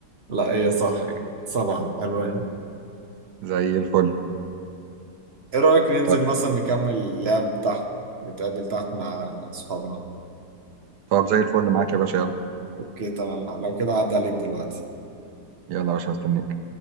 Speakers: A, on the right; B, on the right.
A: لا هي صح سبع ألوان
B: زي الفل
A: إيه رأيك ننزل
B: طيب
A: مثلا نكمل اللعب تحت نتقابل تحت مع أصحابنا
B: طب زي الفل معاك يا باشا يلا
A: أوكي تمام لو كده عدى عليك دلوقتي
B: يلا يا باشا مستنيك